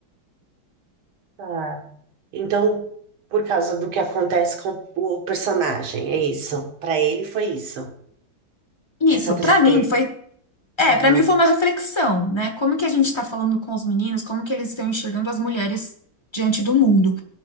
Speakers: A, on the right; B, on the left.
A: Ah. Então, por causa do que acontece com o personagem, é isso. Pra ele foi isso.
B: E
A: Essa
B: Isso,
A: tristeza.
B: pra mim, foi É,
A: Aham.
B: para mim foi uma reflexão, né? Como que a gente está falando com os meninos, como que eles estão enxergando as mulheres diante do mundo.